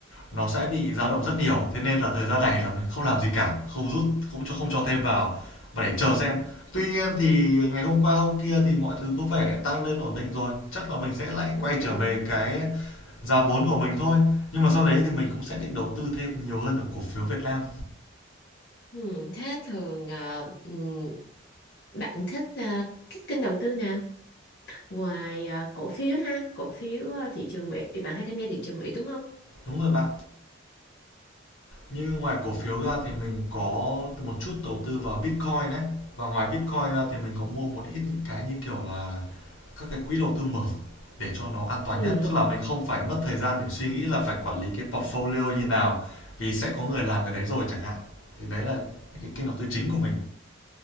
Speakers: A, on the left; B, on the left.
A: nó sẽ bị dao động rất nhiều. Thế nên là thời gian này là mình không làm gì cả, không rút, không cho không cho thêm vào mà để chờ xem. Tuy nhiên thì ngày hôm qua hôm kia thì mọi thứ có vẻ tăng lên ổn định rồi, chắc là mình sẽ lại
B: đúng
A: quay
B: rồi.
A: trở về cái giá vốn của mình thôi. Nhưng mà sau đấy thì mình cũng sẽ định đầu tư thêm nhiều hơn ở cổ phiếu Việt Nam
B: Ừm, thế thường à, ừm, bạn thích à, các kênh đầu tư nào? Ngoài à, cổ phiếu ha, cổ phiếu à, thị trường Mỹ, bạn hay tham gia thị trường Mỹ đúng không?
A: Đúng rồi bạn. Như ngoài cổ phiếu ra thì mình có một chút đầu tư vào Bitcoin đấy Và ngoài Bitcoin ra thì mình có mua một ít những cái như kiểu là các cái quỹ đầu tư mở để cho nó an toàn
B: Ừ,
A: nhất. Tức là mình không phải mất thời gian để suy nghĩ là phải quản lý cái portfolio như nào, vì sẽ có người làm cái đấy rồi chẳng hạn. Thì đấy là những cái kênh đầu tư chính của mình.